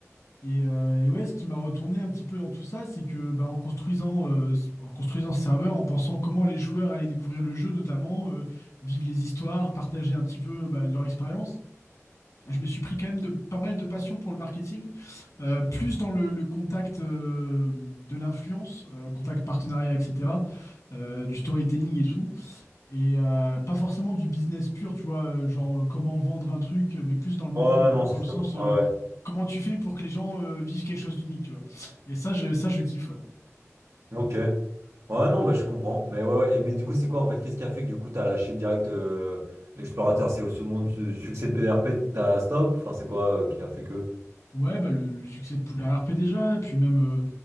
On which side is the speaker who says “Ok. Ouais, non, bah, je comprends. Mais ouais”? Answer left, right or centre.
Right